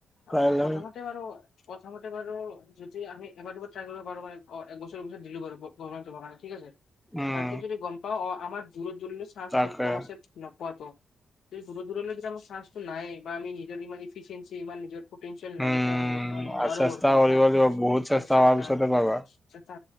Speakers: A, in the centre; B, on the left.
A: কাইলৈ
B: আচ্ছা প্ৰথমতে বাৰু প্ৰথমতে বাৰু যদি আমি এবাৰ দুবাৰ ট্ৰাই কৰিব পাৰো মানে অ এক বছৰ পছত দিলোৰ বাৰু কাৰণে ঠিক আছে।
A: উম
B: তাতে যদি গম পাওঁ অ' আমাৰ দূৰ দূ চান্স
A: তাকে
B: বহুত কম আছে ন। পোৱাত যদি দূৰ দূৰলৈ কেইটা চাঞ্চ নাই বা আমি নিজৰ ইমান ইফিচিয়েঞ্চি ইমান নিজৰ পিয়েল নাই
A: উম
B: যিটো আমি বৰ্তমান নোৱাৰো।
A: চেষ্টা
B: বৰ্তমান
A: কৰিব
B: হা
A: লাগিব বহুত
B: চেষ্টা
A: কৰাৰ পিছতে পাবা
B: চেষ্টা।